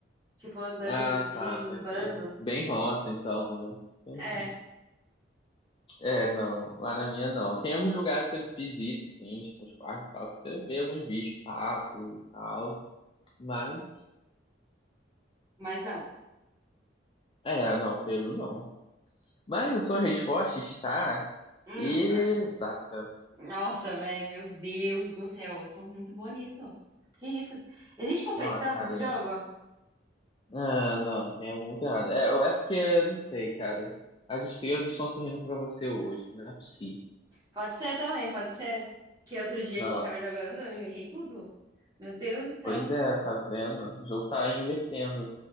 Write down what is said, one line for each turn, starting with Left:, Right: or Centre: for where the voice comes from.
Right: tipo, andando
Left: Ah,
Right: assim,
Left: tá,
Right: em
Left: saquei.
Right: bandos.
Left: Bem roça, então, né? Entendi.
Right: É,
Left: É, não, lá na minha não. Tem alguns lugares que você visita, assim, tipo, os parques e tal, você vê alguns bichos, pato e tal, mas,
Right: mas não.
Left: é, não, Peru não. Mas a sua resposta está
Right: Hum,
Left: exata.
Right: nossa, velho, meu Deus do céu, eu sou muito boa nisso. Que isso? Existe competição
Left: Ó, cara,
Right: desse jogo?
Left: Ah, não, tem algum errado. É, ou é porque, não sei, cara. As estrelas estão sorrindo pra você hoje, não é possível.
Right: Pode ser também, pode ser. Que outro dia
Left: Não,
Right: a gente tava jogando, eu errei tudo. Meu Deus do céu.
Left: pois é, tá vendo? O jogo tá invertendo.